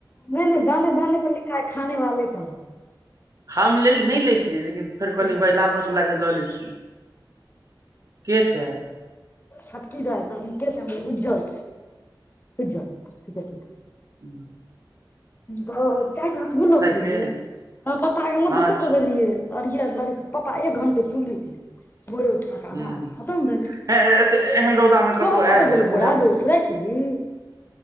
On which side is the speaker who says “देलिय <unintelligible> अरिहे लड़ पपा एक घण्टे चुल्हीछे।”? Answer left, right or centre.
Left